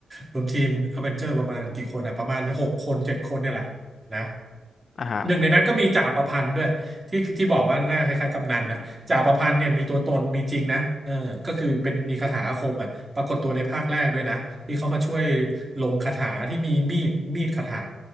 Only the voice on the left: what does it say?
อ่าฮะ